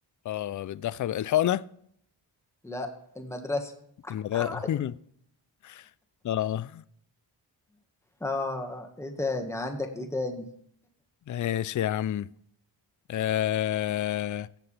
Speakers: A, on the left; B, in the centre.
A: اه بتدخل الحقنة
B: لا المدرسة
A: المدرسة
B: اه
A: <laughs> اه
B: آه، ايه تاني عندك ايه تاني
A: ماشي يا عم آه...